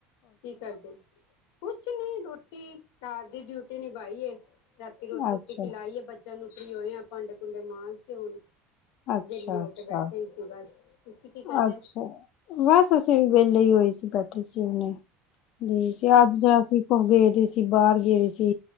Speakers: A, on the left (about 80°); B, on the left (about 55°).
A: ਕੀ ਕਰਦੇ ਸੀ? ਕੁਛ ਨੀ ਰੋਟੀ ਰਾਤ ਦੀ ਡਿਊਟੀ ਨਿਭਾਈ ਏ। ਰਾਤੀ ਰੋਟੀ
B: ਅੱਛਾ
A: ਰੂਟੀ ਖਿਲਾਈ ਏ ਬੱਚਿਆਂ ਨੂੰ ਹੁਣ ਫਰੀ ਹੋਏ ਆ ਭਾਂਡੇ ਭੂੰਡੇ ਮਾਂਜ ਕੇ ਹੁਣ।
B: ਅੱਛਾ
A: ਵਿਹਲੇ ਹੋ
B: ਅੱਛਾ
A: ਕੇ ਬੈਠੇ ਹੀ ਸੀ ਬਸ। ਤੁਸੀਂ ਕੀ ਕਰਦੇ?
B: ਅੱਛਾ ਬਸ ਅਸੀਂ ਵਿਹਲੇ ਹੀ ਹੋਏ ਸੀ ਬੈਠੇ ਸੀ ਹੁਣੇ ਜੀ ਸੀ ਅੱਜ ਜੋ ਅਸੀਂ ਉਹ ਗਏਦੇ ਸੀ ਬਾਹਰ ਗਏਦੇ ਸੀ